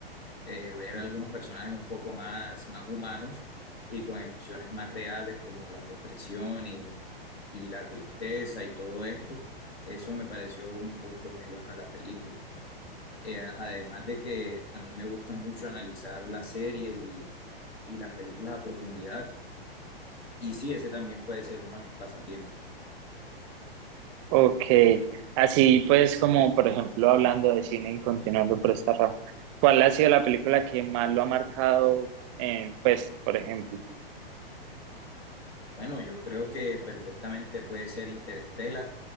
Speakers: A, on the left; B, on the right.
A: eh, ver algunos personajes un poco más, más humanos y con emociones más reales como la depresión y, y la tristeza y todo esto. Eso me pareció un punto muy bueno de la película. Eh, además de que a mí me gusta mucho analizar las series y, y las películas a profundidad. Y sí, ese también puede ser uno de mis pasatiempos.
B: Ok, así pues como por ejemplo hablando de cine y continuando por esta rama, ¿cuál ha sido la película que más lo ha marcado? eh, pues por ejemplo,
A: Bueno, yo creo que perfectamente puede ser Interstellar,